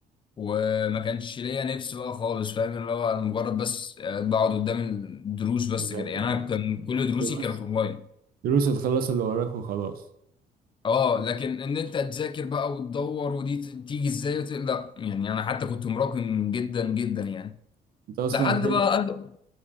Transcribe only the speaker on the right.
مش عارف-
آه،
دروس
دروس هتخلص اللي وراك وخلاص
انت اصلا
حل